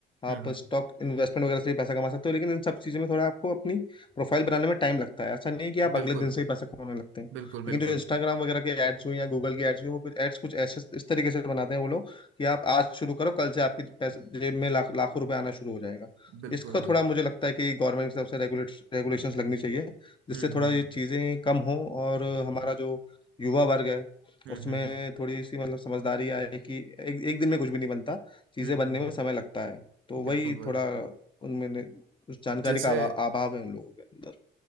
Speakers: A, on the left (about 25°); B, on the right (about 80°).
A: आप
B: हम्म, हम्म,
A: स्टॉक इन्वेस्टमेंट वगैरह से भी पैसा कमा सकते हो लेकिन इन सब चीज़ों में थोड़ा आपको अपनी प्रोफाइल बनाने में टाइम लगता है ऐसा नहीं है कि आप अगले
B: बिल्कुल
A: दिन से ही पैसा कमाने लगते हैं
B: बिल्कुल
A: लेकिन
B: बिल्कुल
A: जो इंस्टाग्राम वगैरह के एड्स हुए या गूगल के एड्स हुए वो कुछ एड्स कुछ ऐसे इस तरीके से बनाते हैं वो लोग कि आप आज शुरू करो कल से आपकी पैसे जेब में लाख लाखों रुपए आना शुरू हो जाएगा
B: बिल्कुल
A: इसको
B: भाई
A: थोड़ा मुझे लगता है कि गवर्नमेंट की तरफ से रेगुलेट रेगुलेशंस लगनी चाहिए जिससे
B: हम्म
A: थोड़ा
B: हम्म
A: ये चीज़ें कम हों और हमारा जो युवा वर्ग है
B: हम्म
A: उसमें
B: हम्म हम्म
A: थोड़ी सी मतलब समझदारी आए कि एक एक दिन में कुछ भी नहीं बनता चीज़ें
B: हम्म हम्म,
A: बनने
B: हम्म,
A: में समय लगता है तो वही
B: बिल्कुल भाई
A: थोड़ा उनमें ने- उस जानकारी
B: जैसे
A: का अभा- अभाव है उन लोगों के अंदर